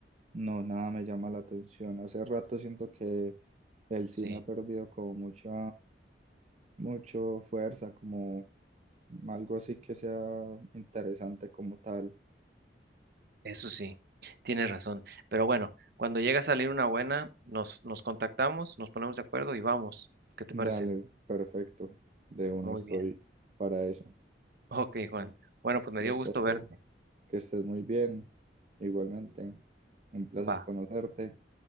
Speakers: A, on the right (about 40°); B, on the right (about 55°).
A: No, nada me llama la atención. Hace rato siento que el
B: Sí,
A: cine ha perdido como mucha, mucho fuerza, como algo así que sea interesante como tal.
B: eso sí, tienes razón. Pero bueno, cuando llegue a salir una buena, nos, nos contactamos, nos ponemos de acuerdo y vamos. ¿Qué te
A: Dale,
B: parece?
A: perfecto. De una
B: Muy
A: estoy
B: bien.
A: para eso.
B: Ok,
A: Entonces,
B: Juan. Bueno, pues me
A: yo
B: dio gusto
A: te dejo
B: verte.
A: que estés muy bien. Igualmente, un placer
B: Va,
A: conocerte